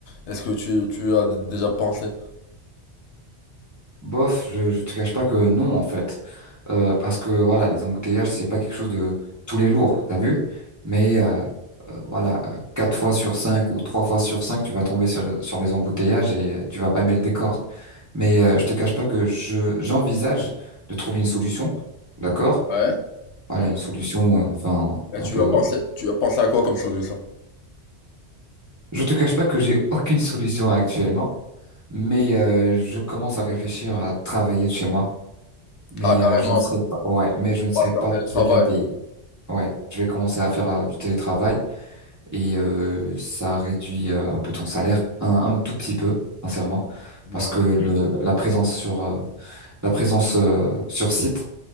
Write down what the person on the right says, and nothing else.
bof, je, je te cache pas que non, en fait. Euh, parce que voilà, les embouteillages, c'est pas quelque chose de tous les jours, t'as vu? Mais euh, euh, voilà, euh, quatre fois sur cinq ou trois fois sur cinq, tu vas tomber sur, sur les embouteillages et euh, tu vas pas aimer le décor. Mais euh, je te cache pas que je j'envisage de trouver une solution, d'accord?
Voilà,
une solution, euh, enfin,
un
peu.
Je te cache pas que j'ai <laughs> aucune solution actuellement, mais euh, je commence à réfléchir à travailler de chez moi. Mais
euh, je ne serai pas, ouais, mais je ne serai
pas
très bien payé. Ouais, je vais commencer à faire euh, du télétravail et euh, ça réduit euh, un peu ton salaire, un, un tout petit peu, sincèrement, parce
que le, la présence sur euh, la présence euh, sur site